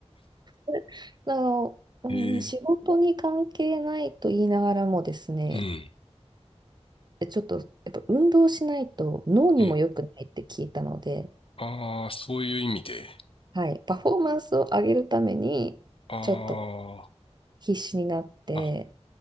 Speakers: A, on the right (about 40°); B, on the left (about 55°).
A: <laughs> あの、うん、
B: へえ
A: 仕事に関係ないと言いながらもですね、
B: うん。
A: ちょっとやっぱ運動しないと脳にも良くないって聞いたので、
B: え、ああ、そういう意味で。
A: はい、パフォーマンスを上げるためにちょっと
B: あ
A: 必死になって
B: あ、